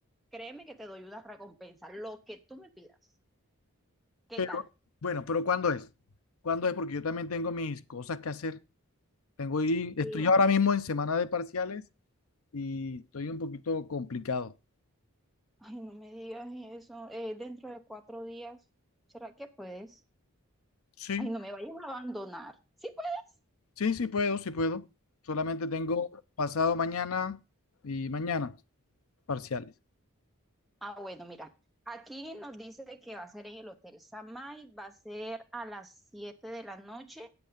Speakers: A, in the centre; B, on the left (about 75°).
A: créeme que te doy una recompensa, lo que tú me pidas. ¿Qué
B: Pero,
A: tal?
B: bueno, pero ¿cuándo es? ¿Cuándo es? Porque yo también tengo mis cosas que hacer. Tengo y estoy
A: Sí.
B: ahora mismo en semana de parciales y estoy un poquito complicado.
A: Ay, no me digas eso. eh, dentro de cuatro días, ¿será que puedes?
B: Sí,
A: Ay, no me vayas a abandonar. ¿Sí puedes?
B: sí, sí puedo, sí puedo. Solamente tengo pasado mañana y mañana parciales.
A: Ah, bueno, mira, aquí nos dice que va a ser en el Hotel Samay, va a ser a las 7 de la noche.